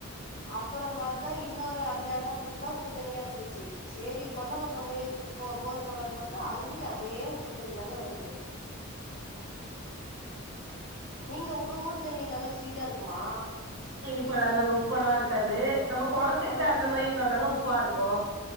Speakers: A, on the left (about 40°); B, on the right (about 65°).
A: அப்புறம் பார்த்தா இன்னொரு அந்த இடம் ஃபுல்லா உப்பு தனியா இருந்துச்சு சரி கொள்ள பக்கம் போய் து போர் போலான்னு பார்த்தா அங்கேயும் அதே உப்பு தண்ணி தாங்க வருது. நீங்க உங்க ஊர் தண்ணி நல்லா ஸ்வீட்டா இருக் க்குமா
B: ப்பங்க உப்பெல்லாம் இருக்காது. நம்ப குளத்துக்கிட்ட
A: ஆ
B: அந்த மாரி இருந்தாங்க. ப்பா இருக்கோ.